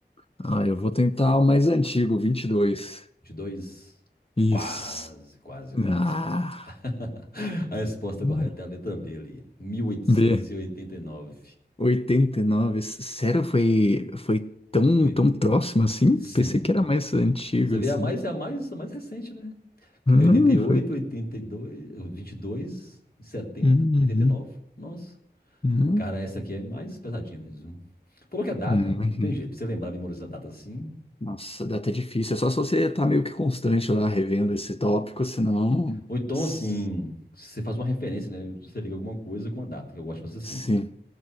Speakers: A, on the left; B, on the left.
A: Ah, eu vou tentar o mais antigo, vinte e dois
B: Vinte e dois,
A: Isso.
B: Quase, quase, quase,
A: Ah.
B: quase. <laughs> A resposta
A: Hum.
B: correta é a letra B ali, mil oitocentos
A: B.
B: e e oitenta e nove.
A: 89. S- Sério, foi, foi tão,
B: Oi,
A: tão próximo assim?
B: Sim.
A: Pensei que era mais antigo
B: Você vê
A: assim.
B: a mais, é a mais, a mais recente, né? Que
A: Ah,
B: tem oitenta e oito,
A: foi.
B: oitenta e dois, dois, vinte e e setenta,
A: Uhum.
B: e oitenta e nove. Nossa.
A: Uhum.
B: Cara, essa aqui é mais pesadinha mesmo. Falou que é data,
A: Uhum. Imagina.
B: não tem jeito. Pra você lembrar, memorizar a data assim.
A: Nossa, dá até difícil. É só se você tá meio que constante lá revendo esse tópico, senão.
B: Ou então,
A: s-
B: assim, você faz uma referência, né? Você liga alguma coisa com uma data, que eu gosto de fazer assim.
A: Sim.